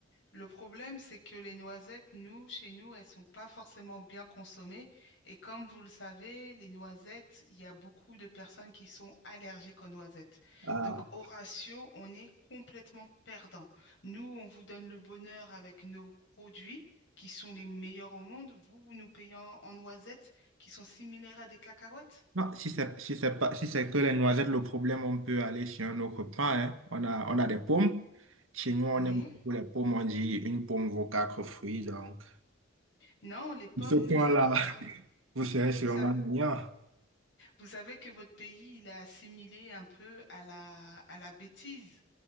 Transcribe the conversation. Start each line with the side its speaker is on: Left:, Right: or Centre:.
Left: Le problème, c'est que les noisettes, nous, chez nous, elles sont pas forcément bien consommées. Et comme vous le savez, les noisettes, il y a beaucoup de personnes qui sont allergiques aux noisettes.
Right: Ah.
Left: Donc, au ratio, on est complètement perdant. Nous, on vous donne le bonheur avec nos produits qui sont les meilleurs au monde. Vous, vous nous payez en en noisettes qui sont similaires à des cacahuètes.
Right: Non, si c'est, si c'est pas, si c'est que les noisettes, le problème, on peut aller chez un autre pain, hein. On a, on a des pommes. Chez nous, on
Left: Oui.
Right: aime beaucoup les pommes. On dit une pomme vaut quatre fruits, donc.
Left: Non, les pommes,
Right: Ce point-là,
Left: nous, ça va pas.
Right: vous serez sûrement
Left: Vous savez,
Right: gagnant.
Left: vous savez que votre pays, il est assimilé un peu à la, à la bêtise.